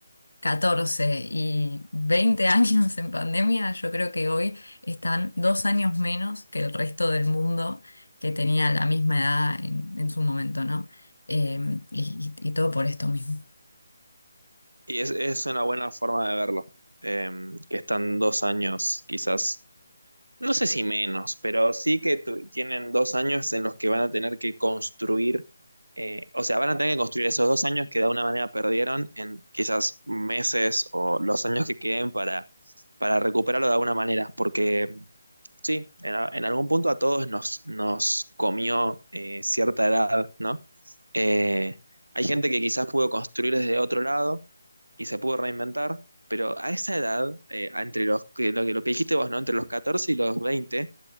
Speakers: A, on the left; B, on the right.
A: 14 y 20 años en pandemia, yo creo que hoy están dos años menos que el resto del mundo que tenía la misma edad en, en su momento, ¿no? Eh, y, y y todo por esto mismo.
B: Y es, es una buena forma de verlo, eh, que están dos años quizás No sé si menos, pero sí que tu- tienen dos años en los que van a tener que construir, eh, o sea, van a tener que construir esos dos años que de alguna manera perdieron en quizás meses o los años que queden para, para recuperarlo de alguna manera, porque sí, en, a- en algún punto a todos nos, nos comió eh, cierta edad, ¿no? Eh, hay gente que quizás pudo construir desde otro lado y se pudo reinventar, pero a esa edad, eh, entre los, que- lo, que- lo que dijiste vos, ¿no? Entre los 14 y los 20,